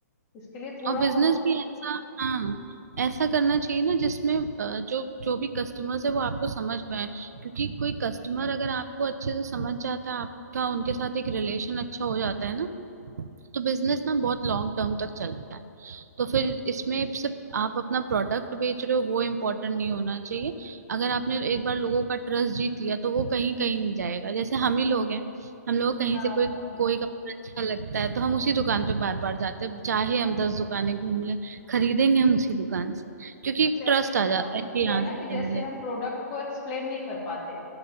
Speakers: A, on the left; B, on the right.
A: इसके लिए थोड़ा
B: और बिजनेस
A: बहुत
B: भी ऐसा हाँ ऐसा करना चाहिए ना जिसमें अ, जो जो भी कस्टमर्स है वो आपको समझ पाए क्योंकि कोई कस्टमर अगर आपको अच्छे से समझ जाता है आपका उनके साथ एक रिलेशन अच्छा हो जाता है ना तो बिजनेस ना बहुत लॉन्ग टर्म तक चलता है तो फिर इसमें सिर्फ आप अपना प्रोडक्ट बेच रहे हो वो इम्पोर्टेंट नहीं होना चाहिए अगर आपने एक बार लोगों का ट्रस्ट जीत लिया तो वो कहीं कहीं नहीं जाएगा जैसे हम ही लोग हैं हम लोग कहीं
A: हाँ
B: से कोई
A: हाँ
B: कोई कपड़ा अच्छा लगता है तो हम उसी दुकान पे बार बार जाते हैं चाहे हम दस दुकानें घूम लें खरीदेंगे हम उसी दुकान से क्योंकि
A: कुछ
B: एक ट्रस्ट
A: ऐसी भी
B: आ
A: शॉप
B: जाता है
A: होती
B: कि यहाँ
A: है ना
B: से सही
A: कि जैसे
B: मिलेगा
A: हम प्रोडक्ट को एक्सप्लेन नहीं कर पाते